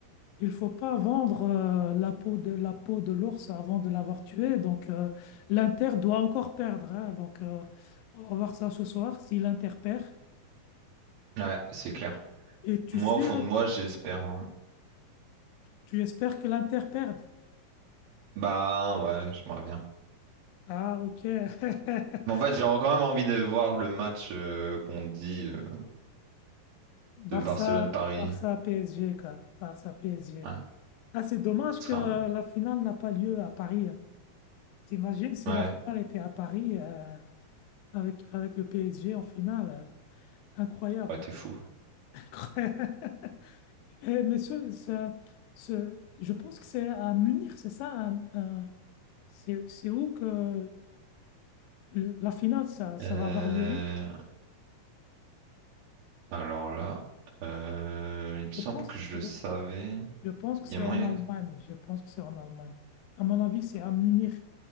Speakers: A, on the left; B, on the right.
A: il faut pas vendre euh, la peau de la peau de l'ours avant de l'avoir tué. Donc, euh, l'Inter doit encore perdre. hein. Donc, euh, on va voir ça ce soir. Si l'Inter perd,
B: ouais, c'est clair.
A: et tu
B: Moi,
A: suis,
B: au fond
A: là,
B: de moi, j'espère. hein.
A: tu espères que l'Inter perde.
B: Bah ouais, j'aimerais bien.
A: Ah, ok. <laughs>
B: Mais en fait, j'ai quand même envie de voir le match euh, qu'on dit euh,
A: Barça,
B: de Barcelone-Paris.
A: Barça PSG quoi. Barça PSG.
B: Ouais,
A: Ah, c'est dommage
B: ce
A: que
B: sera
A: la
B: un-
A: finale n'a pas lieu à Paris. hein. T'imagines si
B: ouais,
A: la finale était à Paris euh, avec, avec le PSG en finale. euh, Incroyable.
B: ouais, t'es fou.
A: <laughs> Incroyable. Eh, mais ce, ce- ce- je pense que c'est à Munich, c'est ça? hein, euh, c'est c'est où que le- la finale, ça, ça
B: Euh,
A: va avoir lieu où?
B: Alors là, euh, il
A: Je
B: me semble
A: pense,
B: que je
A: je,
B: le savais.
A: je pense que
B: Il
A: c'est
B: y a moyen.
A: en Allemagne. Je pense que c'est en Allemagne. À mon avis, c'est à Munich.